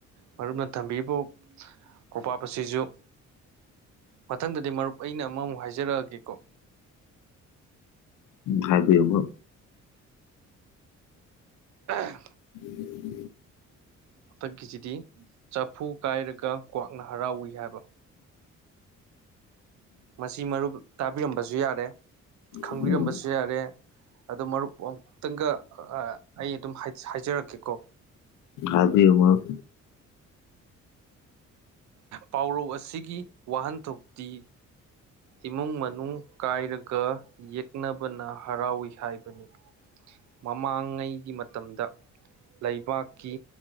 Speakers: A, on the right (about 65°); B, on the left (about 80°).
A: ꯃꯔꯨꯞꯅ ꯊꯝꯕꯤꯔꯤꯕ ꯀꯣꯕꯥꯞ ꯑꯁꯤꯁꯨ ꯃꯊꯪꯗꯗꯤ ꯃꯔꯨꯞ ꯑꯩꯅ ꯑꯃꯃꯨꯛ ꯍꯥꯏꯖꯔꯛꯑꯒꯦꯀꯣ
B: ꯎꯝ ꯍꯥꯏꯕꯤꯌꯨꯕꯣ
A: ꯑꯥ
B: <unintelligible>
A: ꯍꯟꯊꯛꯀꯤꯁꯤꯗꯤ ꯆꯐꯨ ꯀꯥꯏꯔꯒ ꯀ꯭ꯋꯥꯛꯅ ꯍꯔꯥꯎꯏ ꯍꯥꯏꯕ ꯃꯁꯤ ꯃꯔꯨꯞ ꯇꯥꯕꯤꯔꯝꯕꯁꯨ ꯌꯥꯔꯦ ꯈꯪꯕꯤꯔꯝꯕꯁꯨ
B: ꯎꯝ
A: ꯌꯥꯔꯦ ꯑꯗꯣ ꯃꯔꯨꯞ ꯑꯃꯨꯛꯇꯪꯒ ꯑꯩ ꯑꯗꯨꯝ ꯍꯥꯏꯖꯔꯛꯀꯦꯀꯣ
B: ꯎꯝ ꯍꯥꯏꯕꯤꯌꯨ ꯃꯔꯨꯞ
A: ꯄꯥꯎꯔꯧ ꯑꯁꯤꯒꯤ ꯋꯥꯍꯟꯊꯣꯛꯇꯤ ꯏꯃꯨꯡ ꯃꯅꯨꯡ ꯀꯥꯏꯔꯒ ꯌꯦꯛꯅꯕꯅ ꯍꯔꯥꯎꯏ ꯍꯥꯏꯕꯅꯤ ꯃꯃꯥꯡꯉꯩꯒꯤ ꯃꯇꯝꯗ ꯂꯩꯕꯥꯛꯀꯤ